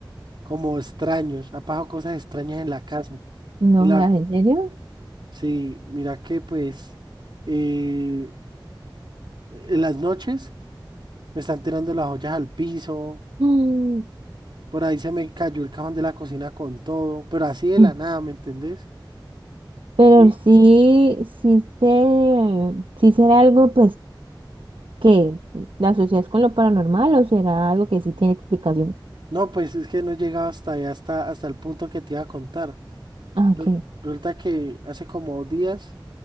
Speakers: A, on the right (about 65°); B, on the right (about 85°).
A: como extraños. Ha pasado cosas extrañas en la casa.
B: No
A: Y la,
B: jodas, ¿en serio?
A: sí, mira que pues... eh, En las noches me están tirando las ollas al piso,
B: Mm.
A: por ahí se me cayó el cajón de la cocina con todo, pero así de
B: <clears throat>
A: la nada, ¿me entendés?
B: Pero
A: Y
B: sí, sí te, sí será algo, pues, que la asocias con lo paranormal o será algo que sí tiene explicación.
A: no, pues es que no he llegado hasta ahí, hasta, hasta el punto que te iba a contar.
B: Ah,
A: Re-
B: ok.
A: Resulta que hace como dos días,